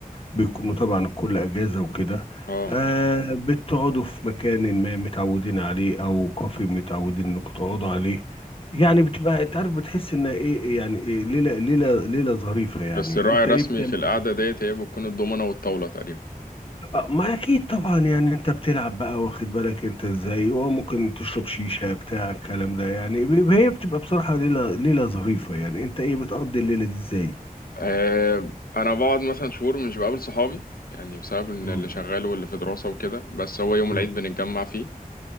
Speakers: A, on the left; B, on the left.
A: بيكونوا طبعا الكل اجازة وكده
B: اه
A: آه بتقعدوا في مكان ما متعودين عليه او كافي متعودين انكم تقعدوا عليه يعني بتبقى انت عارف بتحس انها ايه يعني إيه ليلة ليلة ليلة ظريفة يعني
B: بس الراعي
A: انت
B: الرسمي
A: ايه بتعمل
B: في القعدة ديت هي بتكون الضمنة والطاولة تقريبا
A: آه، ما اكيد طبعا يعني انت بتلعب بقى واخد بالك انت ازاي وممكن تشرب شيشة بتاع الكلام ده يعني بيبقى- هي بتبقى بصراحة ليلة ليلة ظريفة يعني انت ايه بتقضي الليلة دي ازاي
B: آه أنا بقعد مثلا شهور مش بقابل صحابي يعني بسبب إن
A: مم.
B: اللي شغال واللي في دراسة وكده بس هو يوم
A: مم.
B: العيد بنتجمع فيه